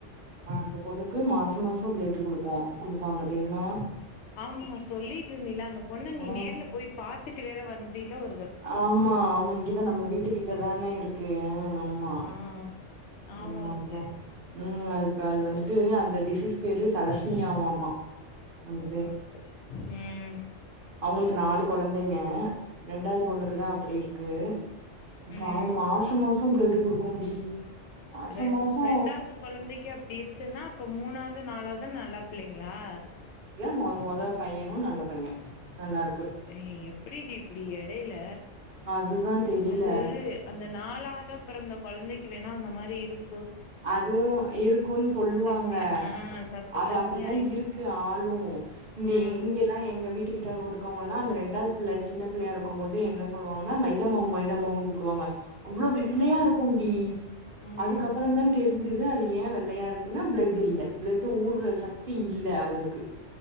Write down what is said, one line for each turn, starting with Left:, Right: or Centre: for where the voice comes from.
Right: ஆஹ
Left: ம்
Right: அந்த பொண்ணுக்கு மாஸ். மாச மாசோ பிளெட்டு குடுப்போ குடுப்பாங்க தெரியுமா.
Left: ஆமா சொல்லிட்டு இருந்தீல அந்தப். பொண்ணு நீ
Right: ஆ
Left: நேர்ல போய் பாத்துட்டு வேற வந்தில ஒ.
Right: ஆமா ஆமா இங்கதா நம்ம வீட்டு கிட்டதானே இருக்கு ஆ ஆமா
Left: ஆ ஞாபோ
Right: ஆமாப்பா.
Left: இருக்கு
Right: உம் அதுப்ப அது வந்துட்டு அந்த டிசீஸ் பேரு தலஸ்மியாவாமா. அந்த
Left: ஆ சேரி உம்.
Right: அவங்களுக்கு நாலு. குழந்தைங்க ரெண்டாவது. அவனுக்குதா
Left: ம்
Right: அப்படி இருக்கு. இப்ப
Left: ம்
Right: அவ மாசமா. சோம் பிளெட் குடுக்குண்டி. மாச
Left: ரெண்
Right: மாசோ
Left: ரெண்டாவது குழந்தைக்கு அப்படி இருக்குன்னா அப்ப மூணாவது நாலாவது. அதும் நல்லாப். பிள்ளைங்களா.
Right: மொத மொத பையனு நல்ல பைய. நல்லா இருக்கு
Left: ஏய் எப்படிடி இப்படி எடையில
Right: அதுதா தெரில
Left: அது அந்த நாலாவதாப். அப்புறோ இந்த குழந்தைக்கு வேணா அந்த மாரி இருக்.
Right: அதுவும் இருக்கும்ன்னு சொல்லுவாங்க.
Left: கம்மியா ஆ சத்து
Right: அது
Left: கம்மியாயி
Right: அப்படிதா இருக்கு ஆளும் இந்த
Left: ஆ
Right: இங்க எல்லா எங்க வீட்டுக். கிட்ட இருக்கவங்கல்லா அந்த ரெண்டாவது பிள்ள சின்ன பிள்ளையா இருக்கும் போதே என்ன சொல்லுவாங்கன்னா மைதாமாவு மைதாமாவுன்னு கூப்புடுவாங்க. அவ்வளோ வெள்ளையா
Left: ஆ
Right: இருக்கு டி
Left: ம்
Right: அதுக்கப். இப்தான் தெரிஞ்சுது அது ஏன் வெள்ளையா இருக்குன்னா பிளட் இல்ல பிளட் ஊருற சக்தி இல்ல அவளுக்கு